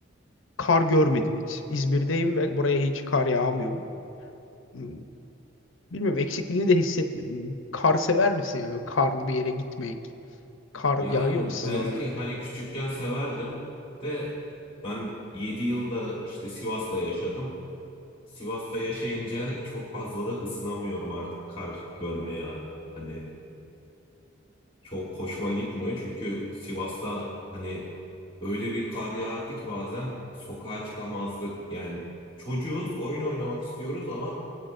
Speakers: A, on the left; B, on the left.
A: kar görmedim hiç. İzmir'deyim ve buraya hiç kar yağmıyor. Hmm, Bilmiyorum eksikliğini de hissetmedim. Kar sever misin yani böyle karlı bir yere gitmek? Kar
B: Yani
A: yağıyor mu sizin
B: belki
A: oralara?
B: hani küçükken severdim de ben 7 yılda işte Sivas'ta yaşadım. Sivas'ta yaşayınca çok fazla da ısınamıyorum artık kar görmeye. Hani çok hoşuma gitmiyor. Çünkü Sivas'ta hani öyle bir kar yağardı ki bazen sokağa çıkamazdık. Yani çocuğuz, oyun oynamak istiyoruz ama